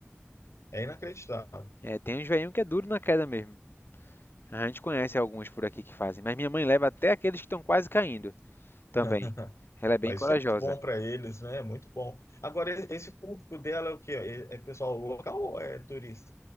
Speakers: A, on the left; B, on the left.
A: É inacreditável.
B: É, tem uns velhinhos que é duro na queda mesmo. A gente conhece alguns por aqui que fazem, mas minha mãe leva até aqueles que estão quase caindo também.
A: <laughs>
B: Ela é bem
A: Mas
B: corajosa.
A: isso é muito bom para eles, né? É muito bom. Agora, e- esse público dela é o quê? É é pessoal local ou é turista?